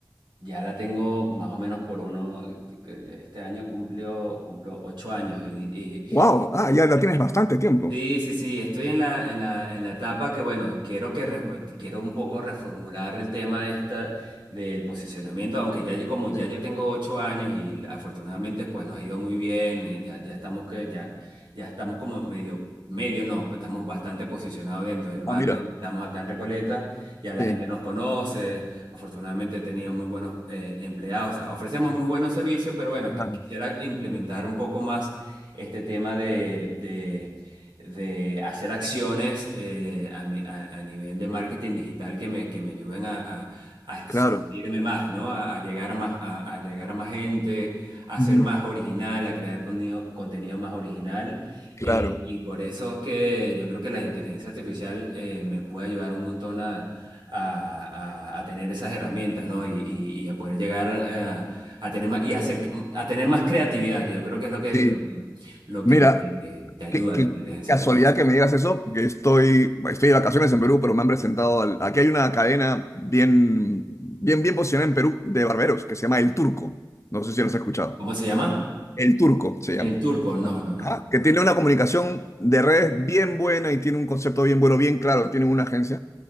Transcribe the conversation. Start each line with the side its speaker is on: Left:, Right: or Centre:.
Right: ya la tengo más o menos por uno, este año cumplió, cumplo ocho años y, y
Left: Wow, ah, ya la tienes bastante tiempo.
Right: Sí, sí, sí, estoy en la, en la, en la etapa que, bueno, quiero, que re- quiero un poco reformular el tema esta del posicionamiento, aunque ya yo, como ya
Left: Sí.
Right: yo tengo ocho años y afortunadamente pues nos ha ido muy bien, eh, ya, ya estamos que, ya, ya estamos como medio, medio no, pues, estamos bastante posicionados dentro del barrio
Left: Ah, mira,
Right: donde estamos acá en Recoleta, ya la
Left: sí,
Right: gente nos conoce, afortunadamente he tenido muy buenos eh, empleados, o sea, ofrecemos muy buenos servicios, pero bueno,
Left: Claro.
Right: que- quisiera implementar un poco más este tema de, de de hacer acciones eh, a, mi- a- a nivel de marketing digital que me, que me ayuden a, a- a expandirme
Left: claro,
Right: más, ¿no? A, a llegar más, a, a llegar a más gente, a
Left: ujú,
Right: ser más original, a crear contenido, contenido más original.
Left: claro,
Right: Eh, y por eso es que yo creo que la inteligencia artificial eh, me puede ayudar un montón a, a- a- a tener esas herramientas, ¿no? Y, y- y a poder llegar eh, a tener más, y hacer, a tener más creatividad, que yo creo que es lo que,
Left: sí.
Right: lo que lo
Left: Mira,
Right: que te, te ayuda
Left: qué, qué
Right: la inteligencia
Left: casualidad
Right: artificial.
Left: que me digas eso, que estoy, estoy de vacaciones en Perú, pero me han presentado al- aquí hay una cadena bien, bien, bien posicionada en Perú de barberos que se llama El Turco. No sé si los has escuchado.
Right: ¿Cómo se llama?
Left: El Turco se
Right: El
Left: llama.
Right: turco. No, no, no.
Left: Ajá. que tiene una comunicación de redes bien buena y tiene un concepto bien bueno, bien claro, tiene una agencia.